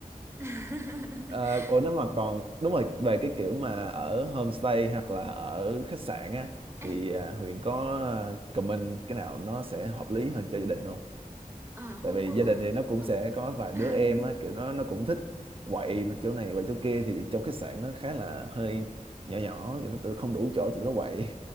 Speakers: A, on the right (about 20°); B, on the right (about 40°).
A: <laughs>
B: à, ủa nếu mà còn đúng rồi về cái kiểu mà ở homestay hoặc là ở khách sạn á
A: à,
B: thì à, Huyền có à, comment cái nào nó sẽ hợp lý hơn cho gia đình không
A: à, hôm
B: tại vì
A: bữa
B: gia đình thì nó cũng
A: ờ.
B: sẽ có vài
A: <laughs>
B: đứa em á kiểu nó nó cũng thích quậy chỗ này quậy chỗ kia thì trong khách sạn nó khá là hơi nhỏ nhỏ kiểu nó tự không đủ chỗ cho tụi nó quậy